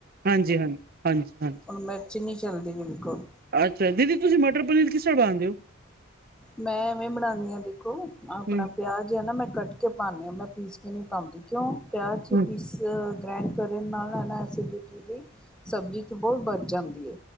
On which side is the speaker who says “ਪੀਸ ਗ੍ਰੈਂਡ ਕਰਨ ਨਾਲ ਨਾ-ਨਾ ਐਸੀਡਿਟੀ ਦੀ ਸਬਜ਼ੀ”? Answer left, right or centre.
Centre